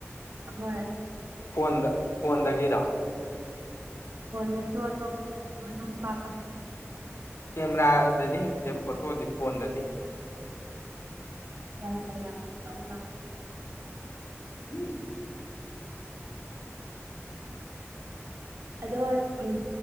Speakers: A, on the right (about 70°); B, on the left (about 60°).
A: ꯍꯣꯏ
B: ꯐꯣꯟꯗ ꯐꯣꯟꯗꯒꯤꯔꯣ
A: ꯐꯣꯟꯗꯁꯨ ꯑꯇꯣꯞꯄꯗꯁꯨ ꯑꯗꯨꯝ ꯀꯥꯞꯄ ꯍꯩ
B: ꯀꯦꯃꯦꯔꯥꯗꯗꯤ ꯍꯩꯇꯦ ꯐꯣꯇꯣꯗꯤ ꯐꯣꯟꯗꯗꯤ ꯍꯩ
A: ꯌꯥꯝ ꯍꯩꯔꯝꯗꯧ ꯃꯥꯥꯟ <unintelligible>
B: <unintelligible>
A: ꯑꯗꯣ ꯎꯝ